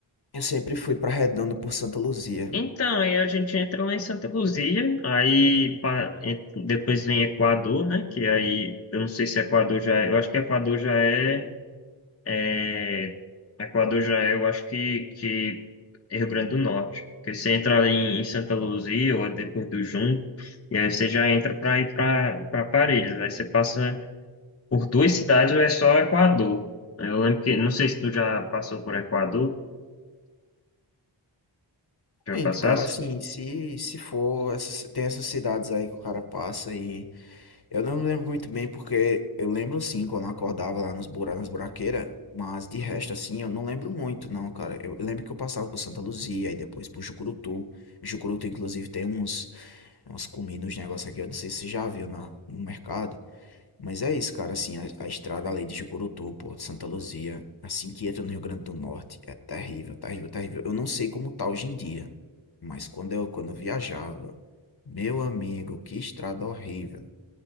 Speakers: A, on the left (about 50°); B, on the left (about 30°).
A: Eu sempre fui pra Redonda por Santa Luzia.
B: Então, aí a gente entra lá em Santa Luzia, aí pa- en- depois vem Equador, né? Que aí, eu não sei se Equador já é, eu acho que Equador já é, é, Equador já é, eu acho que, que é Rio Grande do Norte. Porque você entra ali em, em Santa Luzia ou é depois do Junco, e aí você já entra para ir para Parelhas. Aí você passa por duas cidades ou é só Equador. Eu lembro que, não sei se tu já passou por Equador, já
A: Gente,
B: passasse?
A: cara, assim, se, se for, essas- tem essas cidades aí que o cara passa e Eu não me lembro muito bem porque eu lembro sim quando eu acordava lá nos bura, nas buraqueiras, mas de
B: Uhum.
A: resto assim eu não lembro muito não, cara. Eu eu lembro que eu passava por Santa Luzia e depois por Jucurutu. Jucurutu inclusive tem uns umas comidas, uns negócios aqui, eu não sei se você já viu na no mercado, mas é isso, cara, assim, a, a estrada ali de Jucurutu, pô, de Santa Luzia, assim que entra no Rio Grande do Norte, é terrível, terrível, terrível. Eu não sei como tá hoje em dia, mas quando eu quando eu viajava, meu amigo, que estrada horrível.